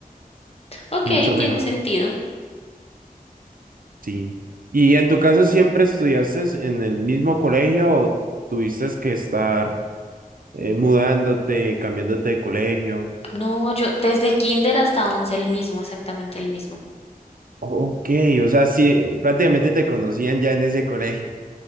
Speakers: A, on the left; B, on the right.
A: ok,
B: mucho mejor,
A: tiene sentido.
B: sí. ¿Y en tu caso siempre estudiaste en el mismo colegio o tuviste que estar eh, mudándote, cambiándote de colegio?
A: No, yo desde kinder hasta once el mismo, exactamente el mismo.
B: Ok, o sea, sí, prácticamente te conocían ya en ese colegio.